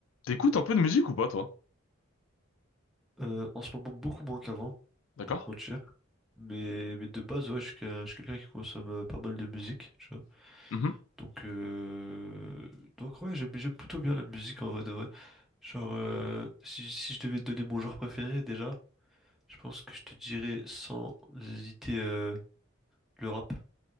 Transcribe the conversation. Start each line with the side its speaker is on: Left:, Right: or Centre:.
Left: T'écoutes un peu de musique ou pas, toi?
Centre: Euh, en ce moment, beaucoup moins qu'avant,
Left: D'accord?
Centre: pas te mentir. Mais, mais de base, ouais, je suis, que- je suis quelqu'un qui consomme euh, pas mal de musique, tu vois.
Left: Mhm.
Centre: Donc, euh, donc ouais, j'aime, j'aime plutôt bien la musique en vrai de vrai. Genre, euh, si, si je devais te donner mon genre préféré déjà, je pense que je te dirais sans hésiter euh, le rap,